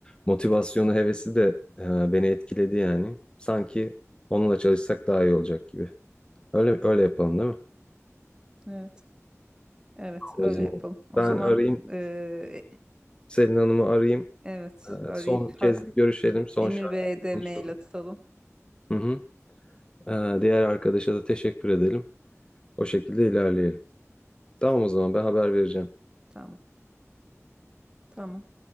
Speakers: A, on the left (about 20°); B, on the right (about 15°).
A: motivasyonu, hevesi de e, beni etkiledi yani. Sanki onunla çalışsak daha iyi olacak gibi. Öyle öyle yapalım değil mi?
B: Evet. Evet,
A: O
B: öyle
A: zaman
B: yapalım. O
A: ben
B: zaman
A: arayayım,
B: eee, e,
A: Selin Hanım'ı arayayım.
B: evet
A: E,
B: arayıp
A: son kez
B: ha-
A: bir görüşelim, son
B: Emir
A: şartları
B: Bey'e de
A: konuşalım.
B: mail atalım.
A: Hı hı. E, diğer arkadaşa da teşekkür edelim. O şekilde ilerleyelim. Tamam o zaman ben haber vereceğim.
B: Tamam. Tamam.